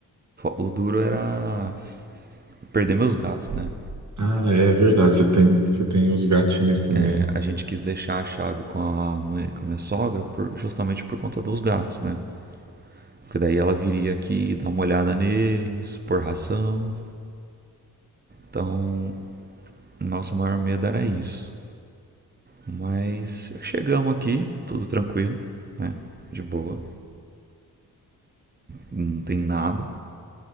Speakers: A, on the right; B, on the right.
A: O duro era perder meus gatos, né?
B: Ah, é verdade, você tem, você tem os gatinhos também.
A: É, a gente quis deixar a chave com a mãe, com a minha sogra, por- justamente por conta dos gatos, né? Porque daí ela viria aqui, dar uma olhada neles, pôr ração. Então, nosso maior medo era isso. Mas chegamos aqui, tudo tranquilo, né? De boa, não tem nada.